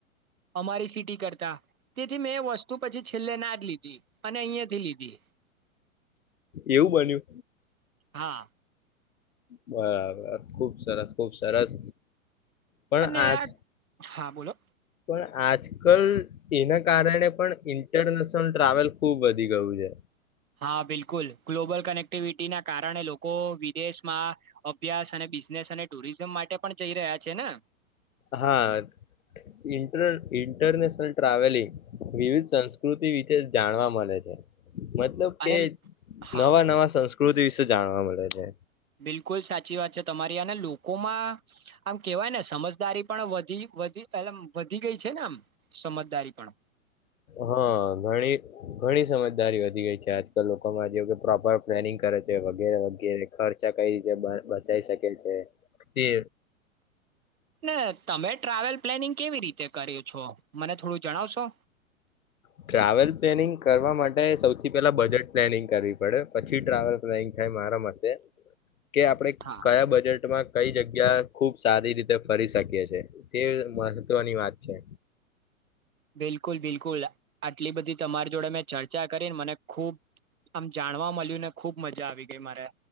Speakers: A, on the right; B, on the left.
A: અમારી સિટી કરતા તેથી મેં વસ્તુ પછી છેલ્લે ના જ લીધી અને અહિયાંથી લીધી
B: એવું બન્યું
A: હા
B: બરાબર ખુબ સરસ ખુબ સરસ પણ
A: અને
B: આજ
A: આ હા બોલો
B: પણ આજ કલ તેના કારણે પણ ઈન ઇન્ટરનેશનલ ટ્રાવેલ ખુબ વધી ગયું છે
A: હા બિલકુલ ગ્લોબલ કનેક્ટિવિટીના કારણે લોકો વિદેશમાં અભ્યાસ અને બિઝનેસ અને ટુરિઝમ માટે પણ જઈ રહ્યા છે ને
B: હા ઇન્ટર ઇન્ટરનેશનલ ટ્રાવેલિંગ વિવિધ સંસ્કૃતિ વિશે જાણવા મળે છે મતલબ
A: અને
B: કે
A: હા
B: નવા નવા સંસ પ્રકૃતિ વિશે જાણવા મળે છે
A: બિલકુલ સાચી વાત છે તમારી આને લોકોમાં આમ કેવાય ને સમજદારી પણ વધી વધી એ વધી ગઈ છે ને આમ સમજદારી પણ
B: હા ઘણી ઘણી સમજદારી વધી ગઈ છે આજકાલ લોકોમાં જેવ કે પ્રોપર પ્લાનિંગ કરે છે વગેરે વગેરે ખર્ચા કઈ રીતે બચાઈ શકે છે
A: ને તમે ટ્રાવેલ પ્લાનિંગ કેવી રીતે કર્યું છો મને થોડું જણાવશો
B: ટ્રાવેલ પ્લેનિંગ કરવા માટે સૌથી પેલા બજેટ પ્લેનિંગ કરવી પડે પછી ટ્રાવેલ પ્લેનિંગ મારા મતે કે આપડે
A: હા.
B: કયા બજેટમાં કઈ જગ્યા ખૂબ સારી રીતે ફરી શકી છે તે મહત્વની વાત છે
A: બિલકુલ બિલકુલ આટલી બધી તમારી જોડે મેં ચર્ચા કરીને મને ખુબ આમ જાણવા મળ્યું ને ખુબ મજા આવી ગઈ મારે